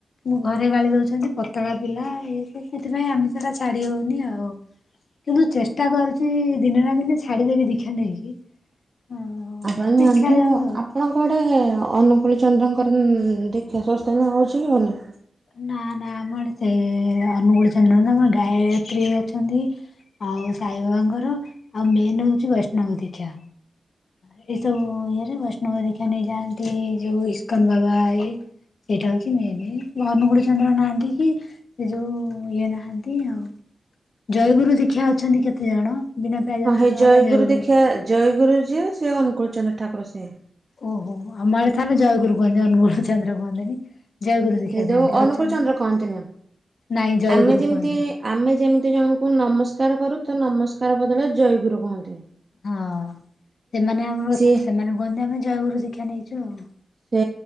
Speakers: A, on the left; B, on the right.
A: ମୁଁ ଘରେ ଗାଳି ଦଉଛନ୍ତି ପତଳା ପିଲା ଏଇ ସବୁ ସେଥିପାଇଁ ଆମିସ ଟା ଛାଡି ହଉନି ଆଉ। କିନ୍ତୁ ଚେଷ୍ଟା କରୁଛି ଦିନେ ନା ଦିନେ ଛାଡିଦେବି ଦୀକ୍ଷା ନେଇକି। ଆଉ
B: ଆପଣ ନିଅନ୍ତୁ
A: ଦେଖାଯାଉ
B: ଆପ୍
A: ଆଉ।
B: ଆପଣଙ୍କ ଗଟେ ଅନୁକୂଳ ଚନ୍ଦ୍ରଙ୍କର ଉ ଦୀକ୍ଷା ସଂସ୍ଥାନ ହେଉଛି କି ହେଉନି?
A: ନା ନା ଆମର ସେ ଅନୁଗୁଳ ଚନ୍ଦ୍ର ନୁହେଁ ଆମର ଗାାୟତ୍ରୀ ଅଛନ୍ତି। ଆଉ ସାଇବାବାଙ୍କର ଆଉ ମେନ୍ ହଉଛି ବୈଷ୍ଣବ ଦୀକ୍ଷା। ଏଇ ସବୁ ଇଏରେ ବୈଷ୍ଣବ ଦୀକ୍ଷା ନେଇଯାଆନ୍ତି ଯୋଉ ଇସ୍କନ ବାବା ଏଇ ସେଇଟା ହଉଛି ମେନ୍। ଅନୁଗୁଳ ଚନ୍ଦ୍ର ନାହାନ୍ତି କି ସେ ଯୋଉ ଇଏ ନାହାନ୍ତି ଆଉ। ଜୟଗୁରୁ ଦୀକ୍ଷା ଅଛନ୍ତି କେତେ ଜଣ ବିନା ପିଆଜ
B: ହଁ
A: ରସୁଣ
B: ହେଇ
A: ବାଲା ଜୟଗୁରୁ।
B: ଦୀକ୍ଷା ଜୟଗୁରୁ ଯିଏ ସେ ଅନୁଙ୍କୁଳଚନ୍ଦ୍ର ଠାକୁର ସିଏ।
A: ଓହୋ ଆମ ଆଡେ ତାହେଲେ ଜୟଗୁରୁ କହନ୍ତି ଅନୁଗୁଳ ଚନ୍ଦ୍ର କୁହନ୍ତିନି। ଜୟଗୁରୁ ଦୀକ୍ଷା
B: ସେ
A: କୁହନ୍ତି
B: ଯୋଉ ଅନୁକୂଳ
A: ଅଛନ୍ତି
B: ଚନ୍ଦ୍ର କହନ୍ତିନି
A: ନାଇଁ ଜୟଗୁରୁ
B: ଆମେ ଯେମିତି
A: କୁହନ୍ତି।
B: ଆମେ ଯେମିତି ଜଣଙ୍କୁ ନମସ୍କାର କରୁ ତ ନମସ୍କାର ବଦଳରେ ଜୟଗୁରୁ କୁହନ୍ତି।
A: ହଁ ସେମାନେ ଆମର
B: ସିଏ
A: ସେମାନେ କୁହନ୍ତି ଆମେ ଜୟଗୁୁର ଦୀକ୍ଷା ନେଇଛୁ ଆଉ।
B: ସେ